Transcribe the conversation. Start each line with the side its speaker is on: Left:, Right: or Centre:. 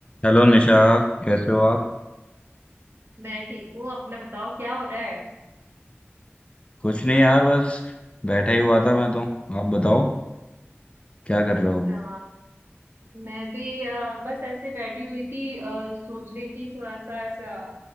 Left: Hello Nisha कैसे हो आप
Right: मैं ठीक हूँ अपना बताओ क्या हो रहा है
Left: कुछ नहीं यार बस बैठा ही हुआ था मैं तो आप बताओ क्या कर
Right: अच्छा
Left: रहे हो
Right: मैं भी अ, बस ऐसे बैठी हुई थी अ, सोच रही थी थोड़ा सा ऐसा